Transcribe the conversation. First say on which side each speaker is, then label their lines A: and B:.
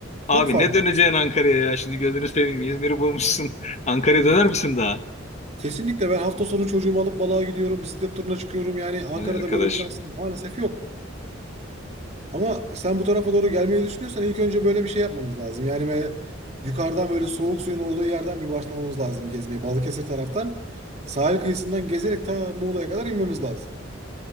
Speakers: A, on the left; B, on the right.
A: Abi
B: çok farklı.
A: ne döneceksin Ankara'ya ya? Şimdi gözünü seveyim İzmir'i bulmuşsun. <laughs> Ankara'ya döner
B: Yani
A: misin daha?
B: kesinlikle ben hafta sonu çocuğumu alıp balığa gidiyorum, bisiklet turuna çıkıyorum. Yani Ankara'da
A: Ay arkadaş.
B: böyle bir şansım maalesef yok. Ama sen bu tarafa doğru gelmeyi düşünüyorsan ilk önce böyle bir şey yapmamız lazım. Yani böyle yukarıdan böyle soğuk suyun olduğu yerden bir başlamamız lazım gezmeye. Balıkesir taraftan sahil kıyısından gezerek ta Muğla'ya kadar inmemiz lazım.